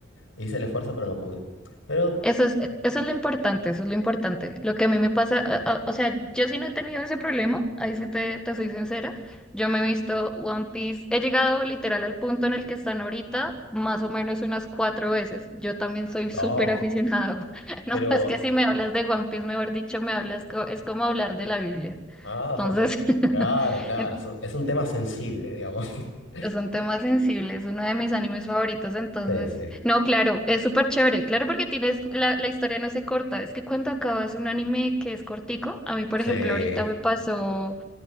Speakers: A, on the left; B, in the centre.
A: Hice el esfuerzo, pero no pude. Pero,
B: Eso es, e, eso es lo importante, eso es lo importante. Lo que a mí me pasa, a- a- o sea, yo sí no he tenido ese problema, ahí sí te, te soy sincera. Yo me he visto One Piece, he llegado literal al punto en el que están ahorita, más o menos unas cuatro veces. Yo también soy súper
A: oh,
B: aficionada. <laughs> No,
A: pero,
B: es que si me hablas de One Piece, mejor dicho, me hablas, co- es como hablar de la Biblia.
A: ah,
B: Entonces,
A: <laughs> o sea,
B: <laughs>
A: claro, claro, es un, es un tema sensible, digamos. <laughs>
B: Son temas sensibles, uno de mis animes favoritos, entonces,
A: Sí, sí,
B: no, claro, es súper chévere, claro porque tienes, la, la historia no se corta, es que cuando acabas un anime que es cortico, a mí por
A: sí.
B: ejemplo ahorita me pasó